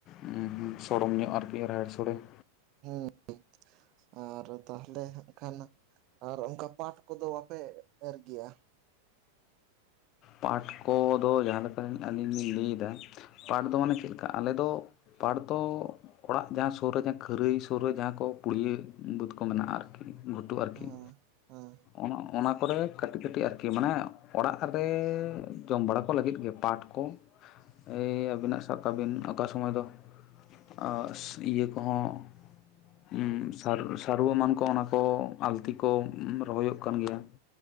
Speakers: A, on the left; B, on the right.
A: ᱩᱸᱦ ᱦᱩᱸ, ᱥᱚᱲᱚᱢ ᱧᱚᱸᱜ ᱟᱨᱠᱤ ᱨᱟᱦᱮᱹᱲ ᱥᱳᱲᱮᱹ ᱾
B: ᱢᱩᱸ-ᱰᱚᱜ ᱟᱨ ᱛᱟᱦᱞᱮ ᱦᱟᱸᱜ ᱠᱷᱟᱱ ᱟᱨ ᱚᱝᱠᱟ ᱯᱟᱴ ᱠᱚ ᱫᱚ ᱵᱟ ᱯᱮ ᱮᱜ-ᱮᱨ ᱜᱮᱭᱟ?
A: ᱯᱟᱴ ᱠᱚ ᱫᱚ ᱡᱟᱦᱟᱸ ᱞᱮᱠᱟ ᱟᱞᱤᱧ ᱞᱤᱧ ᱞᱟᱹᱭᱮ ᱫᱟ ᱯᱟᱴ ᱫᱚ ᱢᱟᱱᱮ ᱪᱮᱜ ᱞᱮᱠᱟ ᱟᱞᱮ ᱫᱚ ᱯᱟᱴ ᱫᱚ ᱚᱲᱟᱜ ᱡᱟᱦᱟᱸ ᱥᱳᱨ ᱨᱮ ᱡᱟᱦᱟᱸ ᱠᱷᱟᱹᱨᱟᱹᱭ ᱥᱳᱨ ᱨᱮ ᱡᱟᱦᱟᱸ ᱠᱚ ᱯᱩᱲᱭᱟᱹ ᱵᱟᱹᱫᱽ ᱠᱚ ᱢᱮᱱᱟᱜ-ᱟ ᱟᱨᱠᱤ ᱾ ᱜᱷᱩᱴᱩ ᱟᱨᱠᱤ
B: ᱦᱮᱸ ᱦᱮᱸ
A: ᱚᱱᱟ ᱚᱱᱟ ᱠᱚ ᱨᱮ ᱠᱟᱹᱴᱤᱡ ᱠᱟᱹᱴᱤᱡ ᱟᱨᱠᱤ ᱢᱟᱱᱮ ᱚᱲᱟᱜ ᱨᱮᱻ ᱡᱚᱢ ᱵᱟᱲᱟ ᱠᱚ ᱞᱟᱹᱜᱤᱫ ᱜᱮ ᱯᱟᱴ ᱠᱚ᱾ ᱮᱭ ᱟᱵᱤ ᱱᱟᱜ ᱥᱟᱵ ᱠᱟᱜ ᱵᱤᱱ ᱚᱠᱟ ᱥᱚᱢᱚᱭ ᱫᱚ ᱟᱸᱜᱥ ᱤᱭᱟᱹ ᱠᱚᱸ ᱦᱚᱸ ᱩᱸᱻ ᱥᱟᱨᱩ ᱥᱟᱨᱩ ᱮᱢᱟᱱ ᱠᱚ ᱚᱱᱟ ᱠᱚ ᱟᱞᱛᱤ ᱠᱚ ᱨᱚᱦᱚᱭᱚᱜ ᱠᱟᱱ ᱜᱮᱭᱟ᱾